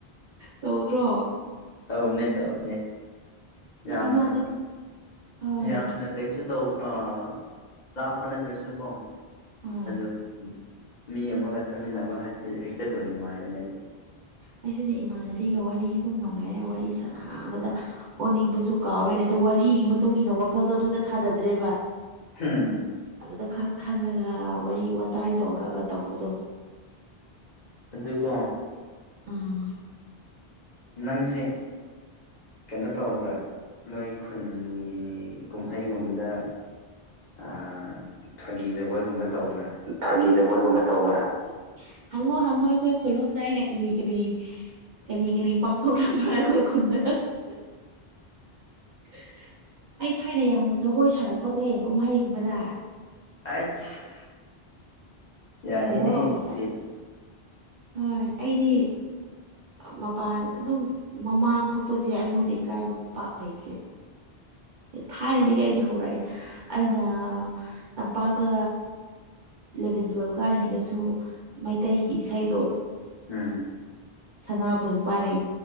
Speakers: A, on the right (about 55°); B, on the left (about 45°).
A: ꯇꯧꯗ꯭ꯔꯣ
B: ꯇꯧꯕꯅꯦ ꯇꯧꯕꯅꯦ ꯌꯥꯝꯅ
A: ꯏꯃꯥꯟꯅꯕꯤ ꯍꯣꯏ
B: ꯌꯥꯝꯅ ꯀꯩꯁꯨ ꯇꯧ ꯑꯥ ꯂꯥꯞꯄ ꯅꯠꯇ꯭ꯔꯁꯨ ꯀꯣ
A: ꯍꯣꯏ
B: ꯑꯗꯨꯝ ꯃꯤ ꯑꯃꯥꯒ ꯆꯠꯃꯤꯟꯅꯕ ꯍꯥꯏꯖꯦ ꯍꯦꯛꯇ ꯗꯨꯝ ꯅꯨꯡꯉꯥꯏꯕꯅꯦꯕ
A: ꯑꯩꯁꯨꯅꯦ ꯏꯃꯥꯟꯅꯕꯤꯒ ꯋꯥꯔꯤ ꯗꯨꯝ ꯅꯨꯡꯉꯥꯏꯔ ꯋꯥꯔꯤ ꯁꯥꯅꯕꯗ ꯑꯣꯅꯤꯡꯕꯁꯨ ꯀꯥꯎꯔꯦꯅꯦ ꯑꯗꯣ ꯋꯥꯔꯤꯒꯤ ꯃꯇꯨꯡ ꯏꯟꯅ ꯋꯥꯈꯜꯗꯣ ꯑꯗꯨꯗ ꯊꯥꯗꯗ꯭ꯔꯦꯕꯥ
B: ꯍꯨꯝ
A: ꯑꯗꯨꯗ ꯈꯛ ꯈꯜꯂꯒ ꯋꯥꯔꯤ ꯋꯇꯥꯏ ꯇꯧꯔꯒ ꯇꯧꯕꯗꯣ
B: ꯑꯗꯨꯀꯣ
A: ꯎꯝ
B: ꯅꯪꯁꯦ ꯀꯦꯅꯣ ꯇꯧꯕ꯭ꯔꯥ ꯅꯣꯏ ꯈꯨꯟꯒꯤ ꯀꯨꯝ ꯍꯩꯒꯨꯝꯕꯗ ꯑꯥ ꯐꯒꯤ ꯖꯒꯣꯏꯒꯨꯝꯕ ꯇꯧꯕ꯭ꯔꯥ
A: ꯐꯒꯤ ꯖꯒꯣꯏꯒꯨꯝꯕ ꯇꯧꯕ꯭ꯔꯥ ꯍꯪꯉꯣ ꯍꯪꯉꯣ ꯑꯩꯈꯣꯏ ꯈꯨꯂꯣꯝꯗ ꯑꯩ ꯅ ꯀꯔꯤ ꯀꯔꯤ ꯀꯔꯤ ꯀꯔꯤ ꯄꯥꯡꯊꯣꯛꯂꯝꯕ꯭ꯔꯥ ꯑꯈꯣꯏ ꯈꯨꯟꯗ <unintelligible> ꯑꯩ ꯊꯥꯏꯅ ꯌꯥꯝꯅ ꯖꯒꯣꯏ ꯁꯥꯔꯛꯄꯅꯦ ꯀꯨꯝꯍꯩꯒꯨꯝꯕꯗ
B: ꯑꯩꯠꯆ ꯌꯥꯏ
A: ꯍꯜꯂꯣ
B: ꯍꯦ ꯑꯗꯨꯗꯤ
A: ꯑꯁ ꯍꯣꯏ ꯑꯩꯗꯤ ꯃꯄꯥꯟ ꯑꯗꯨꯝ ꯃꯃꯥꯡ ꯊꯣꯛꯄꯁꯦ ꯑꯩꯉꯣꯟꯗ ꯏꯀꯥꯏꯕ ꯄꯥꯛ ꯂꯩꯇꯦ ꯊꯥꯏꯅꯗꯒꯤ ꯑꯩꯗꯤ ꯍꯧꯔꯛꯑꯦ ꯑꯩꯅ ꯇꯝꯄꯥꯛꯇ ꯏꯂꯚꯦꯟ ꯇꯨꯋꯦꯜꯐ ꯀꯥꯔꯤꯉꯩꯗꯁꯨ ꯃꯩꯇꯩꯒꯤ ꯏꯁꯩꯗꯣ
B: ꯎꯝ
A: ꯁꯅꯥꯕꯨꯟ ꯄꯥꯏꯔ